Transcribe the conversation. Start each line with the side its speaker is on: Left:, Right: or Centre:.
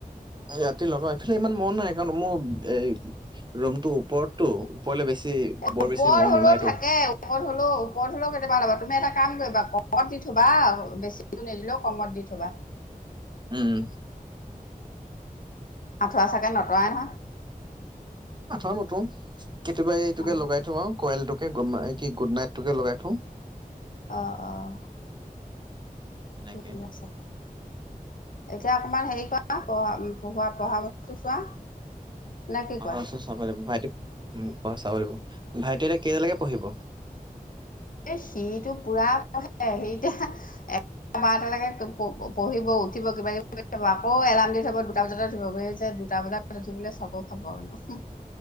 Right: ৰাতি লগা এইফালে ইমান মন নাই কাৰণ মোৰ এই ৰুমটো ওপৰতটো ওপৰলে বেছি
Left: এ
Right: বৰ
Left: ওপৰত
Right: বেছি মহ
Left: হ'লেও
Right: নোলায়তো
Left: থাকে ওপৰত হলেও ওপৰত হলেও কেতিয়াবা ল'বা তুমি এটা টা কাম কৰিবা কমত দি থবা বেছি নিদিলেও কমত দি থবা
Right: উম।
Left: আঁঠুৱা চাগে নতৰাই নহয়
Right: আঠুৱা নতৰো কেতিয়াবা এইটোকে
Left: অ
Right: লগাই থো আৰু কয়লটোক গুড কি গুড নাইট কে লগাই থো।
Left: অ', অ',।
Right: তেনেকে
Left: ঠিক আছে। এতিয়া অকমান হেৰি কৰা পঢ়া পঢ়োৱা পঢ়া বস্তু চোৱা। নে কি
Right: আহ
Left: কোৱা
Right: চাব লাগিব ভাইটি় চাব লাগিব ভাইটি এতিয়া কেইজালৈকে পঢ়িব।
Left: এ সিতটো পুৰা পঢ়ে সেইতিয়া <unintelligible> বাৰটালৈকে পঢ়িব উঠিব কিবা কিবি থব আকৌ এলাৰ্ম দি থব দুটা বজতে উঠিব হৈছে দুটা বজাত উঠিবলৈ চাব খাব আৰু <unintelligible>